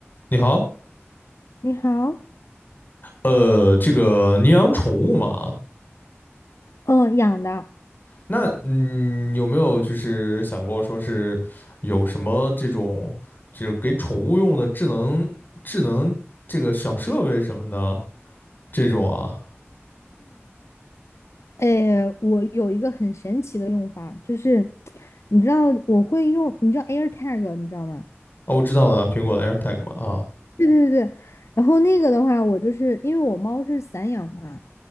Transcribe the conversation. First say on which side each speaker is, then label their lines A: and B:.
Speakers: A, on the left; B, on the left.
A: 你好，
B: 你好，
A: 呃，这个你养宠物嘛？
B: 嗯，养的，
A: 那嗯，有没有就是想过说是有什么这种就是给宠物用的智能智能这个小设备什么的这种啊？
B: 诶，我有一个很神奇的用法，就是你知道我会用，你知道 AirTag，你知道吗？
A: 哦，我知道了，苹果的 AirTag 嘛啊，
B: 对对对对，然后那个的话，我就是因为我猫是散养嘛，